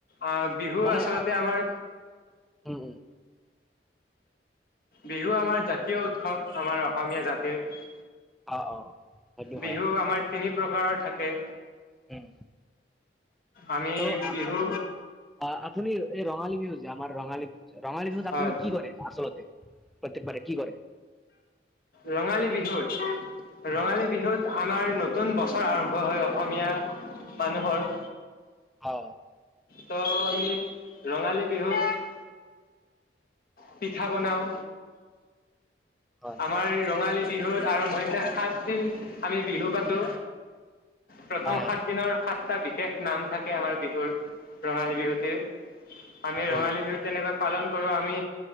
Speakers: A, on the left; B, in the centre.
A: আহ বিহু
B: মানে
A: আচলতে
B: আ-
A: আমাৰ
B: উম উম
A: বিহু আমাৰ জাতীয় উৎসৱ, আমাৰ অসমীয়া জাতিৰ।
B: অ অ। সেইটো হয়
A: বিহু আমাৰ তিনি প্ৰকাৰৰ থাকে।
B: উম
A: আমি
B: ত'
A: বিহু
B: আপুনি আহ আপুনি এই ৰঙালী বিহু যে আমাৰ ৰঙালী ৰঙালী বিহুত
A: হয়
B: আপুনি কি কৰে আচলতে? প্ৰত্যেকবাৰে কি কৰে?
A: ৰঙালী বিহুত?
B: উম,
A: ৰঙালী বিহুত আমাৰ নতুন বছৰ আৰম্ভ হয় অসমীয়া মানুহৰ।
B: অ।
A: ত' আমি ৰঙালী বিহুত পিঠা বনাওঁ।
B: হয়
A: আমাৰ ৰঙালী বিহুত আৰম্ভনিতে সাতদিন আমি বিহু পাতো প্ৰথম
B: হয় হয়
A: সাত দিনৰ সাতটা বিধ বিশেষ নাম থাকে আমাৰ বিহুৰ ৰঙালী বিহুটিৰ আমি ৰঙালী
B: অ
A: বিহু তেনেকুৱা পালন কৰোঁ আমি